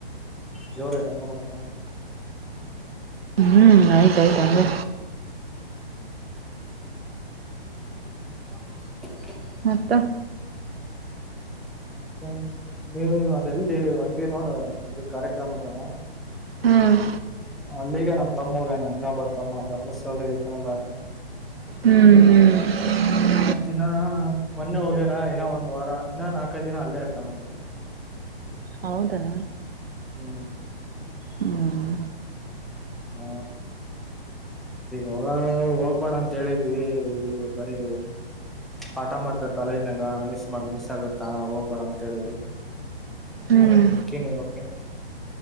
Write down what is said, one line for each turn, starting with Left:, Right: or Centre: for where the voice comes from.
Centre: <inaudible> ಜೋರ ಇದೆ ಹಂಗಾರ ಫಂಕ್ಷನ್
Right: ಹ್ಮ್ ಐತೆ ಐತೆ ಹಂಗೆ
Centre: <unintelligible>
Right: ಮತ್ತ <inaudible>
Centre: ಮತ್ತ ನೀವು ಅದೆಲ್ಲಿ ಒಂಟಿ ನೋಡ ಇದ ಕಾರ್ಯಕ್ರಮಕ್ಕ <inaudible>
Right: ಹ್ಮ್ ಹ್ಮ್
Centre: ಅಲ್ಲಿಗೆ ನಮ್ಮ ತಮ್ಮ ಹೋಗೇನ ಇನ್ನೊಬ್ಬ ತಮ್ಮ ಧರ್ಮಸ್ಥಳದಾಗ ಇರ್ತಾನಲ್ಲ ಆತ
Right: ಹ್ಮ್ ಹ್ಮ್ <unintelligible>
Centre: ಆತ್ತಿನಾ ಮೊನ್ನೆ ಹೋಗ್ಯನಾ ಇನ್ನ ಒಂದ್ ವಾರ ಇನ್ನ ನಾಲ್ಕೈದು ದಿನ ಅಲ್ಲೇ ಇರ್ತಾನಂತ.
Right: ಹೌದಾ.
Centre: ಹ್ಮ್
Right: ಹ್ಮ್
Centre: ಹ್ಮ ಹೋಗ ಹೋಗ್ಬೇಡ ಅಂತ ಹೇಳಿದ್ವಿ ಇಲ್ಲಿ ಬರೀ. ಪಾಠ ಮಾಡ್ತಾರ ಕಾಲೇಜ್ನಾಗ ಮಿಸ್ ಮಾಡ ಮಿಸ್ ಆಗತ್ತಾ ಹೋಗ್ಬೇಡ ಅಂತ ಹೇಳಿದ್ವಿ. <unintelligible>
Right: ಹ್ಮ್